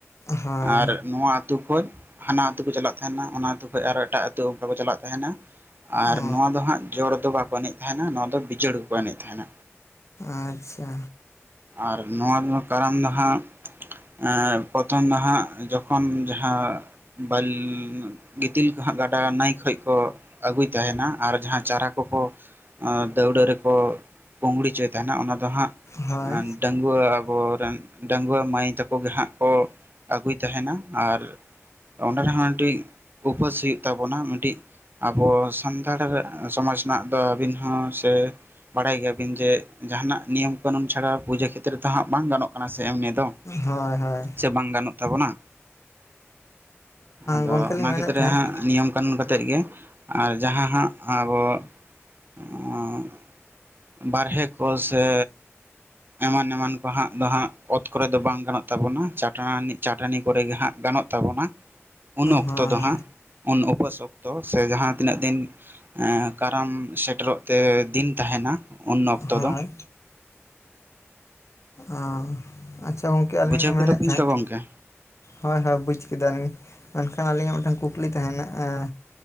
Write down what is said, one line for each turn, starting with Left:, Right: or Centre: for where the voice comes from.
Left: ᱦᱳᱭ
Right: ᱟᱨ ᱱᱚᱣᱟ ᱟᱹᱛᱩ ᱠᱷᱚᱪ ᱦᱟᱱᱟ ᱟᱹᱛᱩ ᱠᱚ ᱪᱟᱞᱟᱜ ᱛᱟᱦᱮᱱᱟ ᱚᱱᱟ ᱟᱹᱛᱩ ᱠᱷᱚᱡ ᱟᱨᱦᱚ ᱮᱴᱟᱜ ᱟᱹᱛᱩ ᱚᱝᱠᱟ ᱠᱚ ᱪᱟᱞᱟᱜ ᱛᱟᱦᱮᱱᱟ᱾ ᱟᱨ
Left: ᱚ
Right: ᱱᱚᱣᱟ ᱫᱚ ᱦᱟᱸᱜ ᱡᱚᱲ ᱫᱚ ᱵᱟᱠᱚ ᱮᱱᱮᱡ ᱛᱟᱦᱮᱱᱟ ᱱᱚᱣᱟ ᱫᱚ ᱵᱤᱡᱚᱲ ᱜᱮ ᱠᱚ ᱮᱱᱮᱡ ᱛᱟᱦᱮᱱᱟ᱾
Left: ᱟᱪᱪᱷᱟ
Right: ᱟᱨ ᱱᱚᱣᱟ ᱫᱚ ᱠᱟᱨᱟᱢ ᱫᱚ ᱦᱟᱸᱜ ᱮᱸ ᱯᱚᱛᱷᱚᱢ ᱫᱚ ᱦᱟᱸᱜ ᱡᱚᱠᱷᱚᱱ ᱡᱟᱦᱟᱸ ᱵᱟᱞᱻ ᱜᱤᱛᱤᱞ ᱠᱚ ᱦᱟᱸᱜ ᱜᱟᱰᱟ ᱱᱟᱭ ᱠᱷᱚᱡ ᱠᱚ ᱟᱹᱜᱩᱭ ᱛᱟᱦᱮᱱᱟ ᱟᱨ ᱡᱟᱦᱟᱸ ᱪᱟᱨᱟ ᱠᱚᱠᱚ ᱟᱸ ᱫᱟᱹᱣᱲᱟᱹ ᱨᱮᱠᱚ ᱯᱳᱝᱲᱩ ᱪᱚᱭ ᱛᱟᱦᱮᱱᱟ ᱚᱱᱟ ᱫᱚ ᱦᱟᱸᱜ
Left: ᱦᱳᱭ
Right: ᱟᱱ ᱰᱟᱺᱜᱩᱣᱟᱹ ᱟᱵᱚᱨᱮᱱ ᱰᱟᱺᱜᱣᱟᱹ ᱢᱟᱹᱭ ᱛᱟᱠᱚ ᱜᱮ ᱦᱟᱸᱜ ᱠᱚ ᱟᱹᱜᱩᱭ ᱛᱟᱦᱮᱱᱟ, ᱟᱨ ᱚᱸᱰᱮ ᱨᱮᱦᱚᱸ ᱟᱸᱴᱤᱡ ᱩᱯᱟᱹᱥ ᱦᱩᱭᱩᱜ ᱛᱟᱵᱚᱱᱟ ᱢᱤᱫᱴᱤᱡ ᱟᱵᱚ ᱥᱟᱱᱛᱟᱲ ᱥᱚᱢᱟᱡᱽ ᱱᱟᱜ ᱫᱚ ᱟᱹᱵᱤᱱ ᱦᱚᱸ ᱥᱮ ᱵᱟᱲᱟᱭ ᱜᱮᱭᱟ ᱵᱤᱱ ᱡᱮ ᱡᱟᱦᱟᱱᱟᱜ ᱱᱤᱭᱚᱢ ᱠᱟᱹᱱᱩᱱ ᱪᱷᱟᱲᱟ ᱯᱩᱡᱟᱹ ᱠᱷᱮᱛᱨᱮ ᱛᱚ ᱦᱟᱸᱜ ᱵᱟᱝ ᱜᱟᱱᱚᱜ ᱠᱟᱱᱟ ᱥᱮ ᱮᱢᱱᱤ ᱫᱚ
Left: ᱦᱳᱭ ᱦᱳᱭ
Right: ᱛᱮ ᱵᱟᱝ ᱜᱟᱱᱚᱜ ᱛᱟᱵᱚᱱᱟ ᱟᱫᱚ
Left: ᱜᱚᱢᱠᱮ ᱞᱤᱧ
Right: ᱚᱱᱟ
Left: ᱢᱮᱱᱮᱫ
Right: ᱠᱷᱮᱛᱨᱮ
Left: ᱛᱟᱦᱮᱸᱫ
Right: ᱦᱟᱸᱜ ᱱᱤᱭᱚᱢ ᱠᱟᱹᱱᱩᱱ ᱠᱟᱛᱮᱫ ᱜᱮ ᱟᱨ ᱡᱟᱦᱟᱸ ᱦᱟᱸᱜ ᱟᱵᱚ ᱚᱸ ᱵᱟᱨᱦᱮ ᱠᱚᱞ ᱥᱮ ᱮᱢᱟᱱ ᱮᱢᱟᱱ ᱠᱚ ᱦᱟᱸᱜ ᱫᱚ ᱦᱟᱸᱜ ᱚᱛ ᱠᱚᱨᱮ ᱫᱚ ᱵᱟᱝ ᱜᱟᱱᱚᱜ ᱛᱟᱵᱚᱱᱟ ᱪᱟᱴᱟᱱ ᱪᱟᱴᱟᱱᱤ ᱠᱚᱨᱮ ᱜᱮ ᱦᱟᱸᱜ ᱜᱟᱱᱚᱜ ᱛᱟᱵᱚᱱᱟ ᱩᱱ ᱚᱠᱛᱚ
Left: ᱦᱳᱭ
Right: ᱫᱚ ᱦᱟᱸᱜ ᱩᱱ ᱩᱯᱟᱹᱥ ᱚᱠ ᱛᱚ ᱥᱮ ᱡᱟᱦᱟᱸ ᱛᱤᱱᱟᱹᱜ ᱫᱤᱱ ᱠᱟᱨᱟᱢ ᱥᱮᱴᱮᱨᱚᱜ ᱛᱮ ᱫᱤᱱ ᱛᱟᱦᱮᱱᱟ ᱾ ᱩᱱ ᱚᱠᱛᱚ
Left: ᱦᱳᱭ
Right: ᱫᱚ
Left: ᱟᱸᱻ ᱟᱪᱪᱷᱟ ᱜᱚᱢᱠᱮ ᱟᱹᱞᱤᱧ
Right: ᱵᱩᱡᱷᱟᱹᱣ
Left: ᱞᱤᱧ
Right: ᱠᱮᱫᱟ
Left: ᱢᱮᱱᱮᱫ
Right: ᱵᱤᱱ
Left: ᱛᱟᱦᱮᱸᱫ
Right: ᱛᱚ ᱜᱚᱝᱠᱮ
Left: ᱦᱳᱭ ᱦᱳᱭ ᱵᱩᱡᱽ ᱠᱮᱫᱟᱞᱤᱧ, ᱢᱮᱱᱠᱷᱟᱱ ᱟᱹᱞᱤᱧᱟᱜ ᱢᱤᱫᱴᱟᱝ ᱠᱩᱠᱞᱤ ᱛᱟᱦᱮᱱᱟᱜ ᱟᱸᱻ